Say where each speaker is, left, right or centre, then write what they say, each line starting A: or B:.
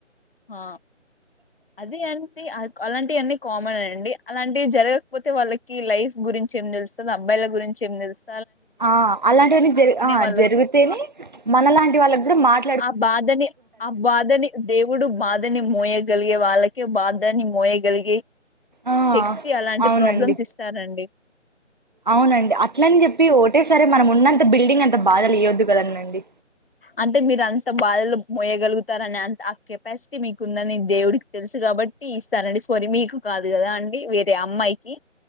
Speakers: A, on the left (about 50°); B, on the right (about 40°).
A: ఆ అదే అంతే అద్ అలాంటివివన్నీ కామన్ అండి అలాంటివి జరగకపోతే వాళ్ళకి లైఫ్ గురించి ఏం తెలుస్తది అబ్బాయిల గురించి ఏం తెలుస్
B: ఆ అలాంటివన్న జరి ఆ
A: వాళ్ళకి
B: జరిగితేనే మనలాంటి వాళ్ళకి కూడా మాట
A: ఆ బాధని ఆ బాధని దేవుడు బాధని మోయ వాళ్ళక బాధ ని మోయగాల్గే
B: ఆ
A: శక్తి అలాంటి
B: అవునండి
A: ప్రాబ్లమ్స్ ఇస్తారండి
B: అవునండి అట్లని చెప్పి ఒకటేసారి మనం ఉన్నంత బిల్డింగ్ అంత బాధ లేయొద్దు కదనండి
A: అంటే మీరు అంత బాధలు మోయగలుగుతార అనే అంత ఆ కెపాసిటీ మీకుందని దేవుడికి తెలుసు కాబట్టి ఇస్తారంండి సారీ మీకు కాదు కదా అండి వేరే అమ్మాయికి